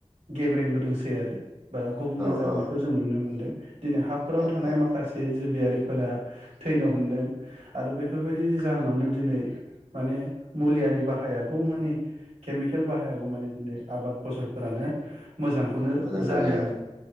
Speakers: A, on the right; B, on the right.
A: गेब्रेंबोदोंसै आरो बा गुबुंले जाबोनायखौ
B: औ
A: जों नुनो मोन्दों दिनै हाफोराव
B: औ
A: थानाय
B: औ
A: माखासे जिबियारि फोरा थैनो हमदों आरो बैफोरबायदिनि जाहोनावनो दिनै माने मुलियारि बाहायागौ मानि केमिकेल बाहायागौ मानि दिनै आबाद फसलफोरानो मोजांखौनो
B: मोजां जालिया
A: जालियामोन